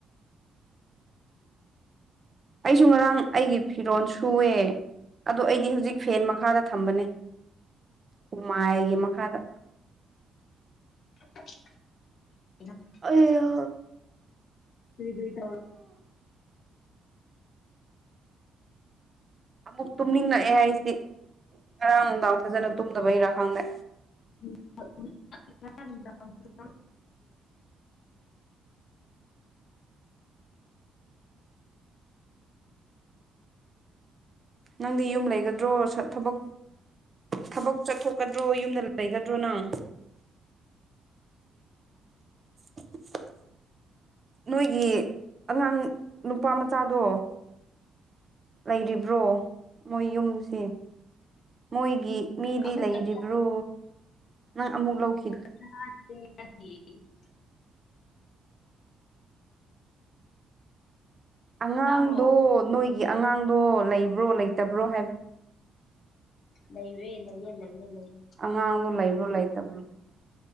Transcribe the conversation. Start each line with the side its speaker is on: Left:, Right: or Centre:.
Right: ꯑꯩꯁꯨ ꯉꯔꯥꯡ ꯑꯩꯒꯤ ꯐꯤꯔꯣꯜ ꯁꯨꯑꯦ ꯑꯗꯣ ꯑꯩꯗꯤ ꯍꯧꯖꯤꯛ ꯐꯦꯟ ꯃꯈꯥꯗ ꯊꯝꯕꯅꯦ ꯍꯨꯃꯥꯏꯒꯤ ꯃꯈꯥꯗ
Left: <inaudible>
Right: ꯑꯩꯌꯥ
Left: ꯀ꯭ꯔꯤ ꯀ꯭ꯔꯤ ꯇꯧꯔꯤ
Right: ꯑꯃꯨꯛ ꯇꯨꯝꯅꯤꯡꯂꯛꯑꯦ ꯑꯩꯗꯤ ꯉꯔꯥꯡ ꯅꯨꯡꯗꯥꯡ ꯐꯖꯅ ꯇꯨꯝꯗꯕꯩꯔꯥ ꯈꯪꯗꯦ
Left: ꯎ <unintelligible>
Right: ꯅꯪꯗꯤ ꯌꯨꯝ ꯂꯩꯒꯗ꯭ꯔꯣ ꯁꯠ ꯊꯕꯛ ꯊꯕꯛ ꯆꯠꯊꯣꯛꯀꯗ꯭ꯔꯣ ꯌꯨꯝꯗ ꯂꯩꯒꯗ꯭ꯔꯣ ꯅꯪ <inaudible> ꯅꯣꯏꯒꯤ ꯑꯉꯥꯡ ꯅꯨꯄꯥ ꯃꯆꯥꯗꯣ ꯂꯩꯔꯤꯕ꯭ꯔꯣ ꯃꯣꯏ ꯌꯨꯝꯁꯦ ꯃꯣꯏꯒꯤ ꯃꯤꯗꯤ
Left: ꯑꯃꯨꯛꯀ
Right: ꯂꯩꯔꯤꯕ꯭ꯔꯣ ꯅꯪ ꯑꯃꯨꯛ ꯂꯧꯈꯤ
Left: <inaudible>
Right: ꯑꯉꯥꯡꯗꯣ
Left: ꯇꯥꯕ꯭ꯔꯣ
Right: ꯅꯣꯏꯒꯤ ꯑꯉꯥꯡꯗꯣ ꯂꯩꯕ꯭ꯔꯣ ꯂꯩꯇꯕ꯭ꯔꯣ ꯍꯥꯏꯕ
Left: ꯂꯩꯔꯦ ꯂꯩꯌꯦ ꯂꯩꯌꯦ ꯂꯩꯌꯦ
Right: ꯑꯉꯥꯡꯗꯣ ꯂꯩꯕ꯭ꯔꯣ ꯂꯩꯇꯕ꯭ꯔꯣ